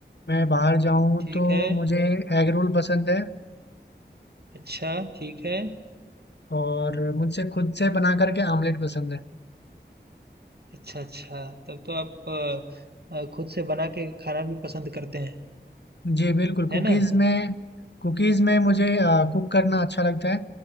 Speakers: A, on the left; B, on the right.
A: मैं बाहर जाऊं
B: ठीक
A: तो
B: है
A: मुझे एग रोल पसंद है
B: अच्छा ठीक है
A: और मुझसे खुद से बना करके आमलेट पसंद है
B: अच्छा, अच्छा। तब तो आप अ, अ, खुद से बना के खाना भी पसंद करते हैं,
A: जी बिल्कुल कुकीज़
B: है ना?
A: में कुकीज़ में मुझे कुक करना अच्छा लगता है